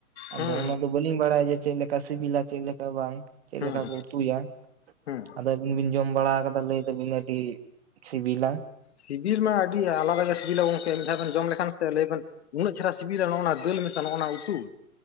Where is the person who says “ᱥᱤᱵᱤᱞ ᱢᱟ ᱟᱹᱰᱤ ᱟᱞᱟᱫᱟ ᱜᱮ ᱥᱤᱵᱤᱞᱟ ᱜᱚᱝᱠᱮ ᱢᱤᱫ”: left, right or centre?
Left